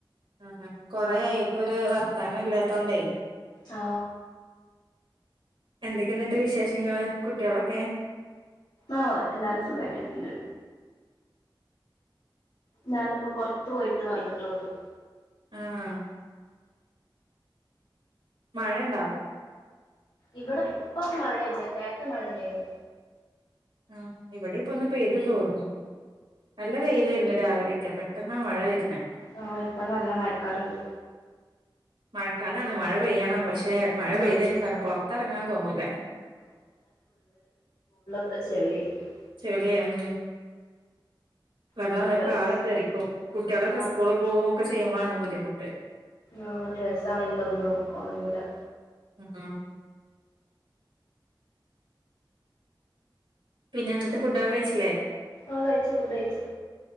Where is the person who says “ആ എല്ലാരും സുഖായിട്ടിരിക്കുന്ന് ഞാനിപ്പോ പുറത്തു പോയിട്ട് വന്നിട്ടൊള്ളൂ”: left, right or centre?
Left